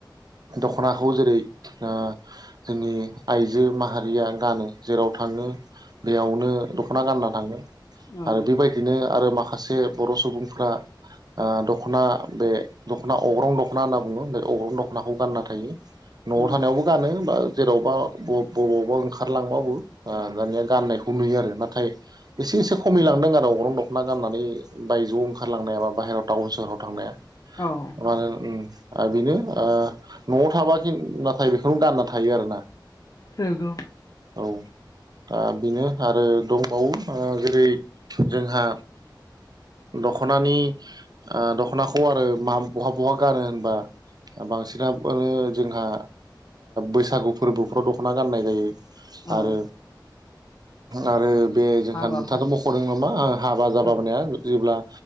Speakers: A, on the right (about 55°); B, on the left (about 45°).
A: दख'नाखौ जेरै जोंनि आइजो माहारि बारिया गानो जेराव थाङो दैयावनो दख'ना गानना थाङो।
B: औ
A: आरो बेबायदिनो आरो माखासे बर' सुबुंफोरा दख'ना बे दख'ना अग्रं दख'ना होनना बुङो बे अग्रं दख'नाखौ गानना थायो। न'आव
B: औ
A: थानायावबो गानो बा जेरावबा बबावबा ओंखारलांबाबो दानिया। गाननायखौ नुयो आरो नाथाय। एसे एसे खमायलांदों आरो अगरं दख'ना गाननानै बायजोआव ओंखारलांनायााबा बाहेरायाव टाउन सोहराव थांनाया।
B: औ
A: माल आरो बेनो न'आव थाबाि नाथाय बेखौनो दानना थायो आरो ना?
B: बेग
A: औ दा बेनो आरो दंबावो जेरै जोंहा दख'नानि दख'नाखौ आरो मा बहा बहा गानो होनबा। बांसिनानो जोंहा बैसागु फोरबोफ्राव दख'ना गाननाय जायो।
B: औ।
A: आरो आरो बे जोंहा
B: हाबाफोर
A: नोंथाङाथ' मख'दों नामा हाबा जाबााबाया
B: औ
A: जेब्ला